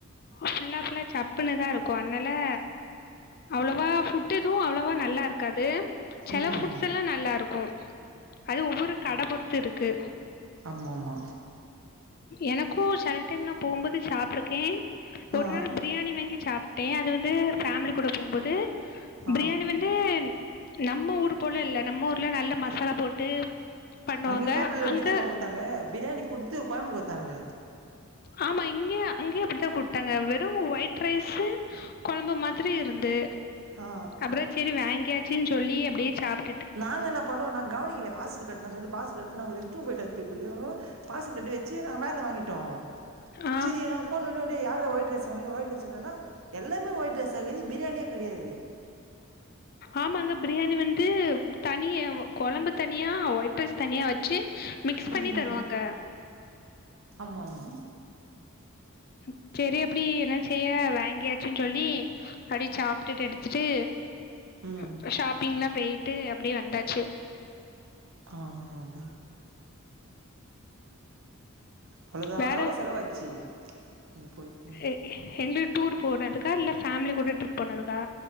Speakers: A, on the left; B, on the right.
A: ஃபுல்லா ஃபுல்லா சப்புன்னுதா இருக்கு அதனா அவ்ளோவா ஃபுட்டு் எதுவு அவ்ளோவா நல்லாருக்காது செல
B: ம்
A: ஃபுட்ஸெல்லா
B: ஆமா
A: நல்லருக்கு அது ஒவ்வொரு கட பொறுத்து இருக்கு
B: ஆமாமா
A: எனக்கு செல டைம் நா போகும்போது சாப்ட்ருக்கே ஒரு
B: ஆ
A: நாள் பிரியாணி வாங்கி சாப்புட்டே அது வந்து ஃபேமிலி கூட போகும்போது
B: ஆ
A: பிரியாணி வந்து நம்ம ஊரு போல இல்ல நம்ம ஊர்ல நல்ல மசாலா போட்டு பண்ணுவாங்க
B: அங்க கேரளால எப்பிடித்தேமா
A: அங்கே
B: குடுத்தாங்க பிரியாணி குடுத்து கொழம்பு குடுத்தாங்க
A: ஆமா இங்கேயோ அங்கேயோ அப்டித்தா குடுத்தாங்க வெறு ஒரு ஒயிட் ரைஸ்ஸு கொழம்பு மாதிரி இருந்து
B: ஆ
A: அப்புறோ செரி வாங்கியாச்சின் சொல்லி அப்டியே சாப்
B: நாங்க என்ன பண்ணோ நாங்க கவனிக்கல பார்சல் கட்னா சொல்லி பாஸ் கட்னா நாங்க ரெஸ்ட்ரூம் போயிட்டு வத்துக்குல்லோயோமே பார்சல் கட்டி வெச்சு நாங்க வேன்ல வாங்கிட்டோ
A: ஆ
B: செரி நாங்க போன்னோன்னே டே யாருடா ஒயிட் ரைஸ் சொன்னிங்க ஒயிட் ரைஸ் செரியான எல்லாமே ஒயிட் ரைஸ் தான பிரியாணியே கடையாது
A: ஆமாங்க பிரியாணி வந்து தனிய கொழம்பு தனியா ஒயிட் ரைஸ் தனியா வெச்சு மிக்ஸ்
B: ம்
A: பண்ணி தருவாங்க
B: ஆமா ஆமா
A: ம் செரி அப்பிடி என்ன செய்ய வாங்கியாச்சுன் சொல்லி அப்டி சாப்ட்டுட்டு எடுத்துட்டு
B: ம்
A: அப்ப ஷாப்பிங்லா போயிட்டு அப்டியே வந்தாச்சு
B: அ ஹா அஹா அவ்ளோதா
A: வேற
B: எவ்ளோவு செலவாச்சு நீங்க போயிட்டு
A: எ எங்க டூர் போனட்டுக்கா இல்ல ஃபேமிலி கூட ட்ரிப் போனதுக்கா